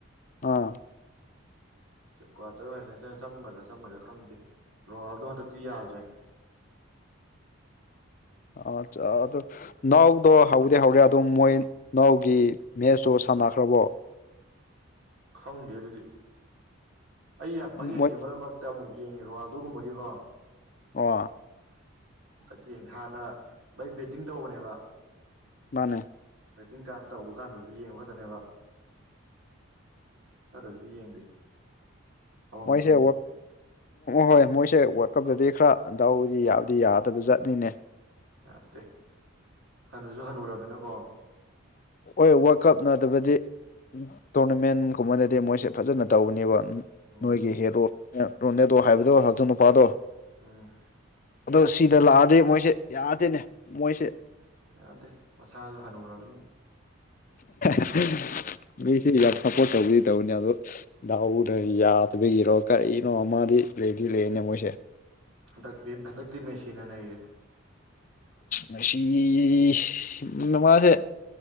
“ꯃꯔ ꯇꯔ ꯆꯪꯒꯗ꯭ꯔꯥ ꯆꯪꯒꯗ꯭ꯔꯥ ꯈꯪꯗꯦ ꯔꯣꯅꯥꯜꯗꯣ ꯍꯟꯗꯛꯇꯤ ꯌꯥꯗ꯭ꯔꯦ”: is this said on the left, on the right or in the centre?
Right